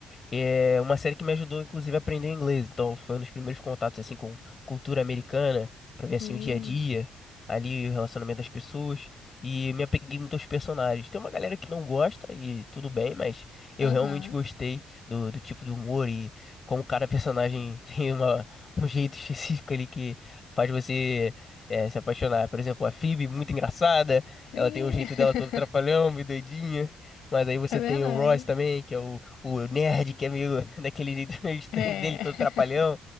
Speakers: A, on the left (about 35°); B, on the left (about 80°).
A: É uma série que me ajudou, inclusive, a aprender inglês. Então, foi um dos primeiros contatos, assim, com cultura americana, pra ver,
B: Sim.
A: assim, o dia a dia, ali, o relacionamento das pessoas. E me apeguei muito aos personagens. Tem uma galera que não gosta, e tudo bem, mas eu
B: Aham.
A: realmente gostei do, do tipo de humor e como cada personagem <laughs> tem uma, um jeito específico ali que faz você é, se apaixonar. Por exemplo, a Phoebe, muito engraçada,
B: Sim.
A: ela tem o jeito
B: <laughs>
A: dela todo trapalhão, meio doidinha. Mas aí você
B: É verdade.
A: tem o Ross também, que é o, o nerd, que é meio <laughs> daquele jeito meio estranho
B: É.
A: dele,
B: <laughs>
A: todo trapalhão.